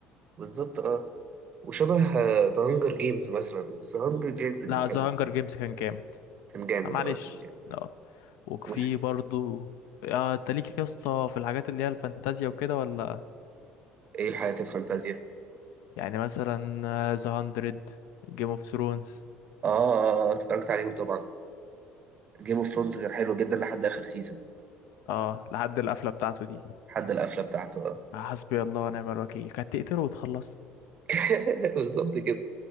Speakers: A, on the right (about 35°); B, on the left (about 75°).
A: بالظبط اه وشبه ذا هانجر جيمز مثلا بس هانجر جيمز كان
B: لا
A: حلو
B: ذا
A: الصراحه
B: هانجر جيمز كان جامد
A: كان جامد
B: آه، معلش
A: اه كان جامد
B: اه وفي
A: مش
B: برضو اه انت ليك يا اسطى في الحاجات اللي هي الفانتازيا وكده ولا
A: ايه الحياة الفانتازيا
B: يعني مثلا آه، ذا هاندرد جيم اوف ثرونز
A: اه آه، آه، آه، اتفرجت عليهم طبعا جيم اوف ثرونز كان حلو جدا لحد اخر سيزون
B: اه لحد القفله بتاعته دي
A: لحد القفله بتاعته آه.
B: حسبي الله ونعم الوكيل كانت تقتله وتخلص
A: <laughs> بالظبط كده